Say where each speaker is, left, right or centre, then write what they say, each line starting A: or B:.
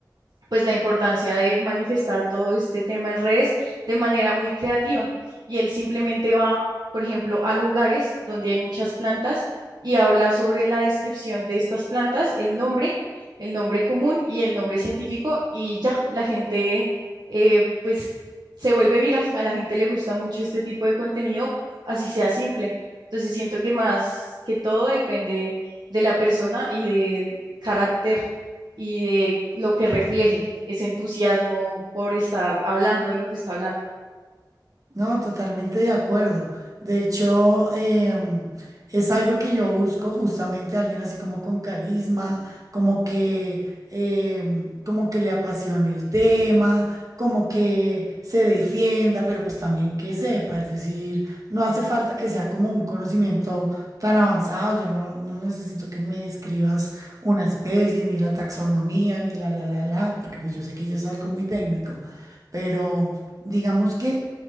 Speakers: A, on the right; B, on the right.
A: pues la importancia de manifestar todo este tema en redes de manera muy creativa. Y él simplemente va, por ejemplo, a lugares donde hay muchas plantas y habla sobre la descripción de estas plantas, el nombre, el nombre común y el nombre científico y ya, la gente eh, pues se vuelve viral, a la gente le gusta mucho este tipo de contenido, así sea simple. Entonces siento que más que todo depende de la persona y del carácter y de lo que refleje ese entusiasmo por estar hablando de lo que está hablando.
B: No, totalmente de acuerdo. De hecho, em, es algo que yo busco justamente alguien así como con carisma, como que, em, como que le apasione el tema, como que se defienda, pero pues también que sepa. Es decir, no hace falta que sea como un conocimiento tan avanzado. Yo no, no necesito que me describas una especie, ni la taxonomía, ni la, la, la, la, porque pues yo sé que ya es algo muy técnico, pero digamos que